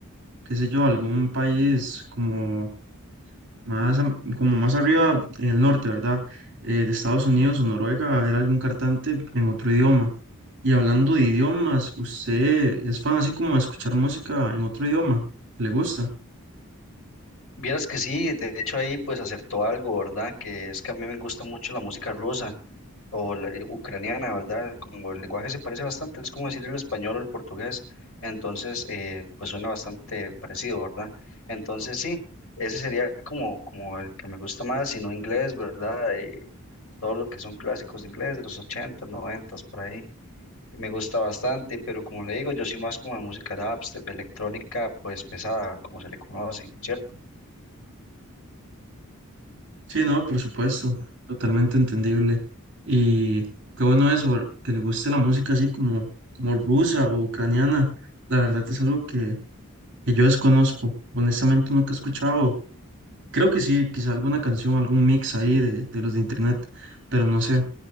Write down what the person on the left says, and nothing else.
Vieras que sí, de hecho ahí pues acertó algo, ¿verdad? Que es que a mí me gusta mucho la música rusa o la, eh, ucraniana, ¿verdad? Como el lenguaje se parece bastante, es como decir el español o el portugués, entonces eh, pues suena bastante parecido, ¿verdad? Entonces sí, ese sería como, como el que me gusta más, sino inglés, ¿verdad? Eh, todo lo que son clásicos de inglés de los ochentas noventas por ahí. y Me gusta bastante, pero como le digo, yo soy más como de música dubstep, electrónica, pues pesada, como se le conoce, ¿cierto?